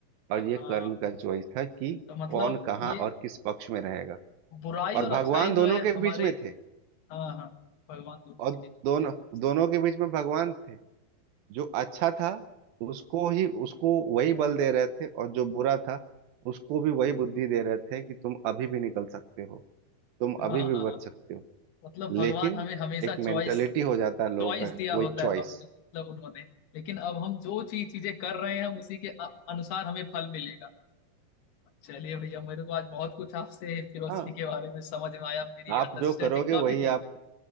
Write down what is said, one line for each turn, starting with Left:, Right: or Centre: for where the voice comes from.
Right: और
Left: हाँ
Right: ये कर्ण का चॉइस था कि
Left: तो मतलब
Right: कौन कहाँ
Left: ये
Right: और किस पक्ष में रहेगा
Left: बुराई
Right: और
Left: और अच्छाई
Right: भगवान
Left: जो
Right: दोनों
Left: है
Right: के
Left: हमारे
Right: बीच में थे
Left: हाँ हाँ भगवान दोनों के
Right: और
Left: बीच
Right: दोनों
Left: में थे। सही।
Right: दोनों के बीच में भगवान थे जो अच्छा था उसको ही उसको वही बल दे रहे थे और जो बुरा था उसको भी वही बुद्धि दे रहे थे कि तुम अभी भी निकल सकते हो तुम
Left: हाँ
Right: अभी भी
Left: हाँ हाँ,
Right: बच सकते हो
Left: मतलब
Right: लेकिन
Left: भगवान हमें हमेशा
Right: एक
Left: चॉइस
Right: मेंटेलिटी हो जाता है लोगों
Left: चॉइस
Right: का
Left: दिया
Right: वही
Left: होता
Right: चॉइस
Left: है बाप- मतलब उन्होंने लेकिन अब हम जो चीज चीजें कर रहे हैं हम उसी के अ- अनुसार हमें फल मिलेगा चलिए भैया मेरे को आज बहुत कुछ आपसे फिलोसफी
Right: हाँ
Left: के बारे में समझ में आया मेरी
Right: आप
Left: अंडरस्टैंडिंग
Right: जो करोगे
Left: काफी
Right: वही
Left: डीप
Right: आप
Left: हुई